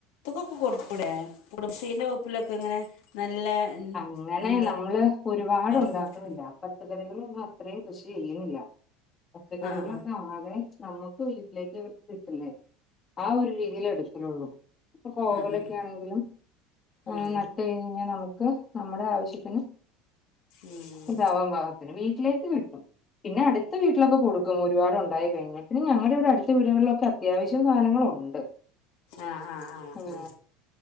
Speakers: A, on the left; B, on the left.
A: ത്ത് ക്കൊക്കെ കൊടുത്തുടെ കുടുംശ്രീന്റെ വകുപ്പിലൊക്കെ ഇങ്ങനെ നല്ല
B: അങ്ങനെ
A: എന്താ
B: നമ്മള് ഒരുപാട്ണ്ടാക്കണില്ല
A: ഫുഡ്
B: പച്ചക്കറികളൊന്നും അത്രയും കൃഷി ചെയ്യുന്നില്ല പച്ചക്കറികളൊക്കെ
A: ആ ആ
B: ആകെ നമ്മുക്ക് വീട്ടിലേക്ക് എവിടുത്തിട്ടില്ലേ ആ ഒരു രീതിയിൽ എടുക്കുള്ളു ഇപ്പൊ കോവലൊക്കെ
A: ഉം ഉം
B: ആണെങ്കിലും ആ
A: ഉം
B: നട്ട കഴിഞ്ഞാൽ നമുക്ക് നമ്മുടെ ആവശ്യത്തിന്
A: ഉം
B: ഇതാവാൻ പാകത്തിന് വീട്ടിലേക്ക് കിട്ടും പിന്നെ അടുത്ത വീട്ടിലൊക്കെ കൊടുക്കും ഖം ഒരുപാടു ഉണ്ടായി കഴിഞ്ഞു പിന്നെ ഞങ്ങളുടെ ഇവിടെ അടുത്ത വീടുകളിലൊക്കെ അത്യാവശ്യം സാധനങ്ങളുണ്ട്
A: ആഹ ആഹ് ആഹ്
B: ഉം
A: ആഹ്